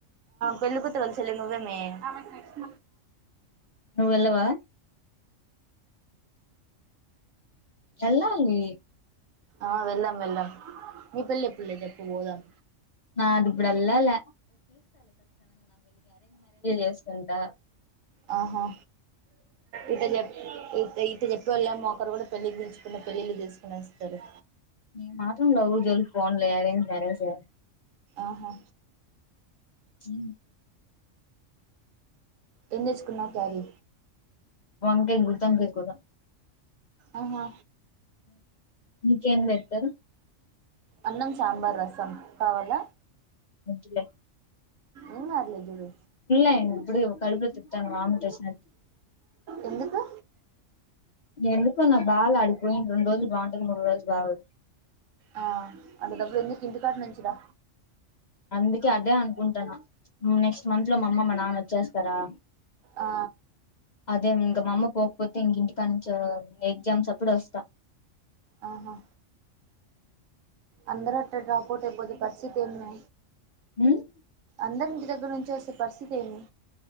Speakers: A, on the right (about 85°); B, on the left (about 55°).
A: పెళ్ళపుతులు ను మజ్ వెళ్
B: నువ్వు వెళ్ళవా వెళ్ళాలి
A: ఆ వెళ్ళం వెళ్లాం మీ పిల్ల పిల్ల చెప్పు పోదాం
B: నా అది బడల్ల చేసుకుంటా
A: అ మహా ఇత చెప్ ఇత చెప్పే వాళ్ళ ఏమోొ ఒకరు కూడా పెళ్ళి దచుకున్న పెళ్ళిళ్ళు చేసుకుని ఇస్తాారు
B: నేను మాత్రం లవ్ జోలికి పోనులే అరేంజ్ మ్యారేజే
A: ఆహా
B: ఇ
A: ఎె చకున్నా క్యార
B: వంకాయ గుత్తి వంకాయ కూర
A: ఆహా
B: మీకేం పెళ్తారు
A: అన్నం సాంబార్ రసం పవాల
B: అంటలే
A: ఇంగ్ార్లే జడు
B: అయ్యింది ఇప్పుడే కడుపులో తిప్పుతాంది వామిట్ వచ్చినట్టు
A: ఎందుకు
B: ఎందుకో నాకు బాలే ఆడికి పోయిన రెండు రోజులు బాగుంటది మూడు రోజులు బాగోదు
A: ఆ అంటే డబ్బులు ఎన్ని కింటికాటు నుంచిదా
B: అందుకే అదే అన్ ాను నెక్స్ట్ మంత్ లో మా అమ్మమ్ మా నాన్న వచ్చేస్తారా
A: ఆ
B: అదే ఇంక మామ్మ పోకపోతే ఇంక ఇంటికా నుంచ ఎగ్జామ్స్ అప్పుడ వస్తా
A: ఆహా అందరాట డప్ట్ ఎతే పరిసి తనున్నా
B: ఉమ్
A: అందరి ఇ గురుంచి పరిస్థితి ఏ మీ